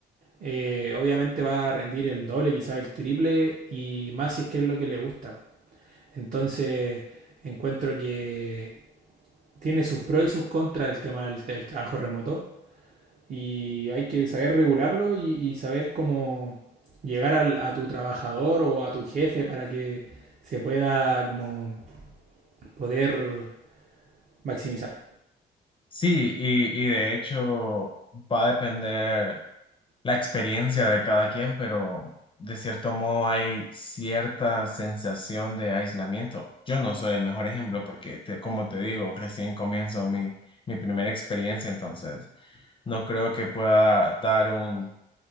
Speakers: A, on the right; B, on the left.
A: eh, obviamente va a rendir el doble, quizás el triple, y más si es que es lo que le gusta. Entonces, encuentro que tiene sus pros y sus contras el tema del, del trabajo remoto, y hay que saber regularlo y, y saber cómo llegar al, a tu trabajador o a tu jefe para que se pueda como poder maximizar.
B: Sí, y, y de hecho va a depender la experiencia de cada quien, pero de cierto modo hay cierta sensación de aislamiento. Yo no soy el mejor ejemplo porque, te- como te digo, recién comienzo mi, mi primera experiencia, entonces No creo que pueda dar un,